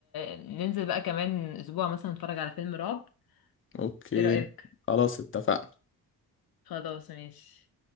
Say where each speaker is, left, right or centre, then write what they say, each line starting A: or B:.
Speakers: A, on the left; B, on the left.
A: ننزل بقى كمان اسبوع مثلا نتفرج على فيلم رعب
B: اوكي
A: ايه رأيك
B: خلاص اتفقنا
A: خلاص ماشي